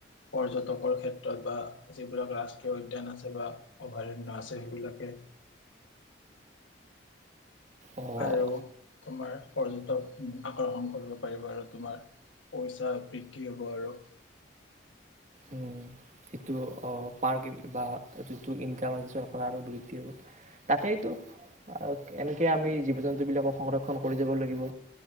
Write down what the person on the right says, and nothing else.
অ'
উম, এইটো অ পাৰ কে বা এইটোতো ইনকাম আছে চৰকাৰৰ আৰু বৃদ্ধি হ'ব। তাকেইতো, অ এনেকে আমি জীৱ-জন্তু বিলাকক সংৰক্ষণ কৰি যাব লাগিব,